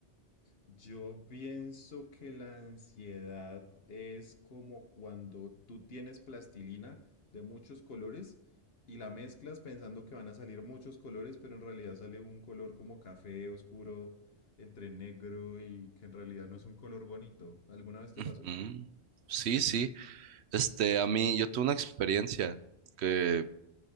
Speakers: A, on the left; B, on the right.
A: Yo pienso que la ansiedad es como cuando tú tienes plastilina de muchos colores y la mezclas pensando que van a salir muchos colores, pero en realidad sale un color como café oscuro entre negro y que en realidad no es un color bonito. ¿Alguna vez te
B: Ujú.
A: pasó?
B: Sí, sí. Este, a mí, yo tuve una experiencia que